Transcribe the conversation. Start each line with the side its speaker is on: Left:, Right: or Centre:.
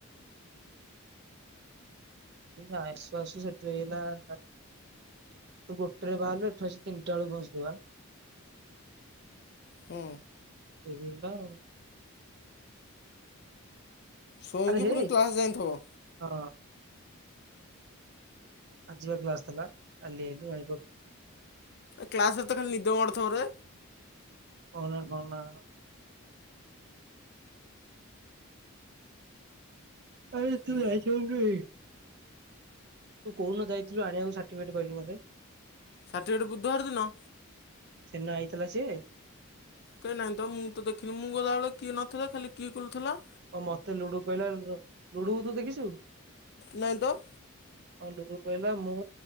Right: ଆସୁ ଆସୁ ସେଠୁ ହେଇଗଲା ତୁ ଗୋଟେରେ ବାହାରିଲୁ, ଏଠୁ ଆସି ତିନିଟା ବେଳେ ପହଞ୍ଚିଥିବୁ ଆ
Left: ହୁଁ
Right: ସେବରଲା <unintelligible>
Left: ଶୁଇଁକି
Right: ଆରେ ହେ
Left: ପୁଣି କ୍ଲାସ୍ ଯାଇଥିବ?
Right: ହଁ ଆଜି ପା କ୍ଲାସ ଥିଲା, କାଲି ଆଇଲୁ
Left: କ୍ଲାସ ରେ ତ ଖାଲି ନିଦ ମାଡୁଥିବ ରେ
Right: କହନା କହନା। ଆରେ
Left: ହୁଁ
Right: ତୁ ଯାଇଛୁ ଏଇଠୁ କି। ତୁ କଉଦିନ ଯାଇଥିଲୁ ଆଣିବାକୁ ସାର୍ଟିଫିକେଟ କହିଲୁ ମତେ।
Left: ସାର୍ଟିଫିକେଟ ବୁଧବାର ଦିନ।
Right: ସେଦିନ ଆଇଥିଲା ସେ।
Left: କାଇଁ ନାଇଁତ ମୁଁ ତ ଦେଖିନି ମୁଁ ଗଲାବେଳେ କିଏ ନଥିଲା ଖାଲି କିଏ କହିଲୁ ଥେଲା।
Right: ଆଉ ମତେ ଲୁଡୁ କହିଲା ଲୁଡୁ କୁ ତୁ ଦେଖିଛୁ।
Left: ନାଇଁ ତ
Right: ଆଉ ଲୁଡୁ କହିଲ ମୁଁ